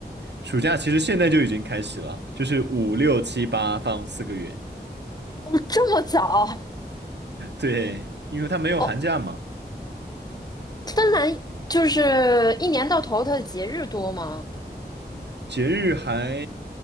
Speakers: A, on the right; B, on the left.
A: 暑假其实现在就已经开始了，就是五六七八放四个月。
B: 哦，这么早？
A: 对，因为他没有寒假嘛，
B: 哦，芬兰就是一年到头它的节日多吗？
A: 节日还